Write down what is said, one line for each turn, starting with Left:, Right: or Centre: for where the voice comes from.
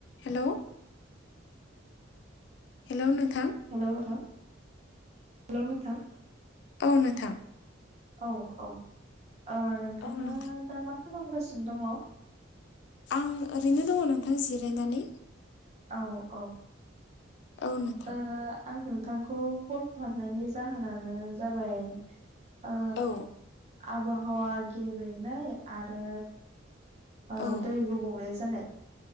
Left: Hello hello नोंथां
Right: hello नोंथां hello नोंथां
Left: औ नोंथां
Right: औ औ ओ नोंथाङा
Left: औ नोंथां
Right: दा मा खालामगासिनो दङ?
Left: आं ओरैनो दङ नोंथां जिरायनानै।
Right: औ औ
Left: औ नोंथां
Right: आं नोंथांखौ कल खालामनायनि जाहोनानो जाबाय ओ
Left: औ
Right: आबहावा गेब्रेंनाय आरो ओ
Left: औ
Right: दै गुबुंले जानाय